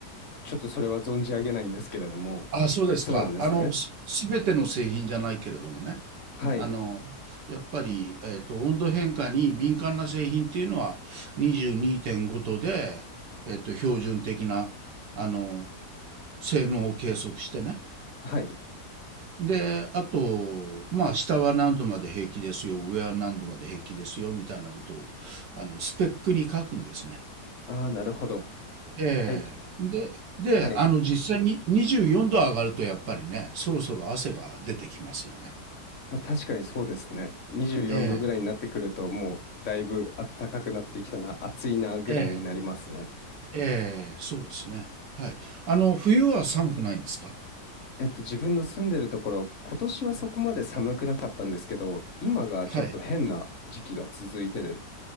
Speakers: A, on the left; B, on the right.
A: ちょっとそれは存じ上げないんですけれども、
B: あ、そうですか。
A: そうなんですね。
B: あの、す、すべての製品じゃないけれどもね。
A: はい。
B: あの、やっぱり、えっと、温度変化に敏感な製品っていうのは22.5度で、えっと、標準的な、あの、性能を計測してね。
A: はい。
B: で、あと、まあ、下は何度まで平気ですよ、上は何度まで平気ですよ、みたいなことを、あの、スペックに書くんですね。
A: ああ、なるほど。
B: ええ。
A: はい。
B: で、で、
A: はい。
B: あの、実際に24度上がると、やっぱりね、そろそろ汗が出てきますよね。
A: まあ、確かにそうですね。24度ぐらいになってくると、
B: ええ、
A: もうだいぶ暖かくなってきたな、暑いなぐらいになりますね。
B: ええ、ええ、そうですね。はい。あの、冬は寒くないんですか
A: えっと、自分の住んでるところ、今年はそこまで寒くなかったんですけど、今がちょっと変な時期が続いてで
B: はい。